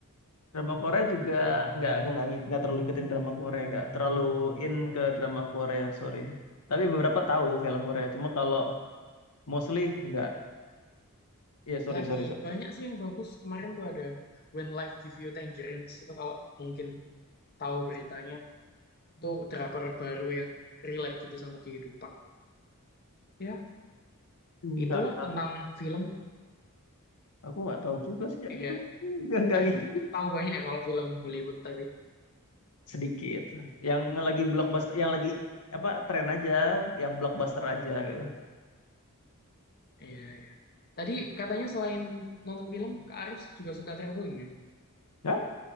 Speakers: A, on the left (about 80°); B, on the left (about 45°).
A: drama Korea juga nggak aku nggak ngik- nggak terlalu ngikutin drama Korea nggak terlalu in ke drama Korea sorry tapi beberapa tahu film Korea cuma kalau mostly nggak ya sorry
B: Lagi
A: sorry sorry
B: banyak sih yang bagus. Kemarin tuh ada When Life Give You Tangerines itu kalau mungkin tahu beritanya itu drakor baru yang relate gitu sama kehidupan. Ya, itulah
A: nggak tahu
B: tentang film.
A: aku nggak tahu juga sih yang
B: Iya,
A: itu <laughs> nggak nggak
B: Arif
A: ngikutin
B: tahu banyak ya kalau film Hollywood tapi.
A: sedikit. Yang
B: Mhm.
A: lagi blockbuster, yang lagi apa tren aja, yang blockbuster aja gitu.
B: Iya, iya. Tadi katanya selain nonton film, Kak Arif juga suka traveling ya?
A: Ya,